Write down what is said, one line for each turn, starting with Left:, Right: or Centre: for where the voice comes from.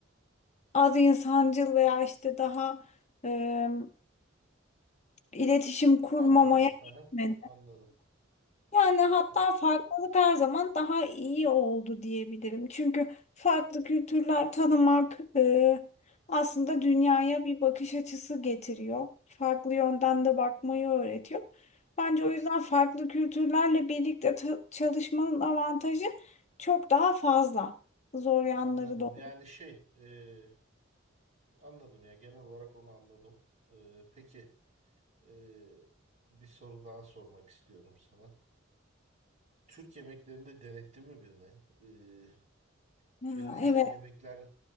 Left: az insancıl veya işte daha e, iletişim kurmamaya
Right: Anladım. Hı
Left: gitmedi.
Right: hı. Anladım.
Left: Yani hatta
Right: Evet.
Left: farklılık her zaman daha iyi oldu diyebilirim. Çünkü farklı kültürler tanımak e, aslında dünyaya bir bakış açısı getiriyor. Farklı yönden de bakmayı öğretiyor. Bence o yüzden farklı kültürlerle birlikte ta- çalışmanın avantajı çok daha fazla. Zor yanları
Right: Anladım.
Left: da
Right: Yani şey e, anladım ya genel olarak onu anladım. E, peki e, bir soru daha sormak istiyorum sana. Türk yemeklerinde denettin mi birine? Ee,
Left: Ha,
Right: geleneksel
Left: evet.
Right: yemekler